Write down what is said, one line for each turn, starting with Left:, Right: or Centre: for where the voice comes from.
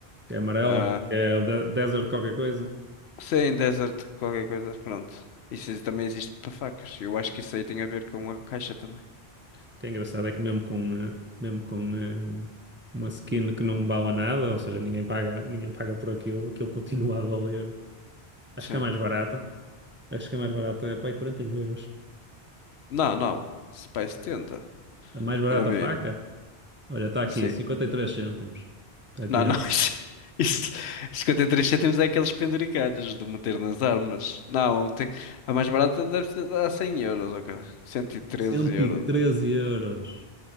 Right: que é amarela,
Left: Ah,
Right: que é de- desert qualquer coisa.
Left: sim, Desert, qualquer coisa, pronto. Isso também existe para facas. Eu acho que isso aí tem a ver com a caixa também.
Right: O que é engraçado é que mesmo com, eh, mesmo com eh, uma skin que não bala nada, ou seja, ninguém paga, ninguém paga por aquilo, aquilo continua a valer. Acho
Left: Sim.
Right: que é mais barata. Acho que a mais barata é para aí 40 euros.
Left: Não, não. Spice tenta.
Right: A mais barata
Left: Ora bem.
Right: faca? Olha, está aqui,
Left: Sim.
Right: 53 cêntimos. Está aqui,
Left: Não, não.
Right: ó.
Left: <laughs> Isso, isso, 53 cêntimos é aqueles penduricalhos de meter nas armas. Não, tem, a mais barata deve ser a 100 euros, ok? cento e treze
Right: 113
Left: euros.
Right: euros.